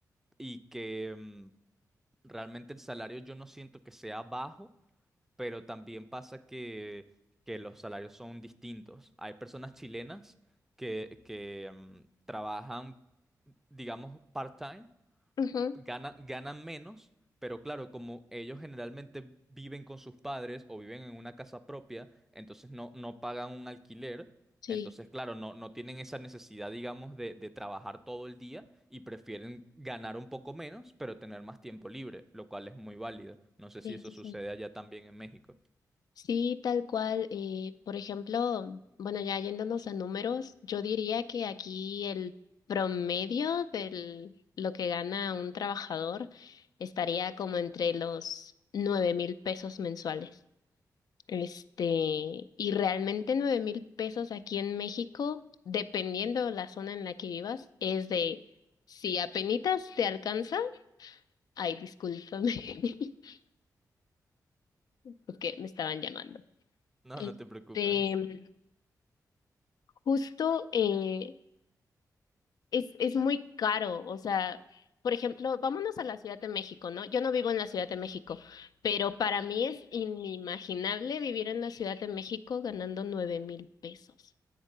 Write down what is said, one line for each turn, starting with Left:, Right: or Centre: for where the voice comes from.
Centre: y que mm, realmente el salario yo no siento que sea bajo, pero también pasa que, que los salarios son distintos. Hay personas chilenas que, que, mm, trabajan, digamos, part-time
Left: Ujú.
Centre: ganan ganan menos, pero claro, como ellos generalmente viven con sus padres o viven en una casa propia, entonces no, no pagan un alquiler.
Left: Sí.
Centre: Entonces, claro, no, no tienen esa necesidad, digamos, de, de trabajar todo el día y prefieren ganar un poco menos, pero tener más tiempo libre, lo cual es muy válido. No sé
Left: Sí,
Centre: si eso
Left: sí,
Centre: sucede
Left: sí.
Centre: allá también en México.
Left: Sí, tal cual. eh, por ejemplo, bueno, ya yéndonos a números, yo diría que aquí el promedio de lo que gana un trabajador estaría como entre los nueve mil pesos mensuales. Este, y realmente nueve mil pesos aquí en México, dependiendo la zona en la que vivas, es de si apenitas te alcanza, ay, discúlpame, <laughs> porque me estaban llamando.
Centre: No,
Left: Este,
Centre: no te preocupes.
Left: Justo eh, es, es muy caro, o sea, por ejemplo, vámonos a la Ciudad de México, ¿no? Yo no vivo en la Ciudad de México, pero para mí es inimaginable vivir en la Ciudad de México ganando nueve mil pesos.